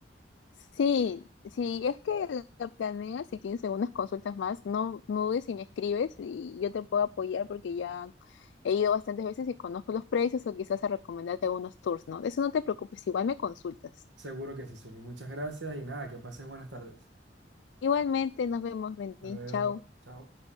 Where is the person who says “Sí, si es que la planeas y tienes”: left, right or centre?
Left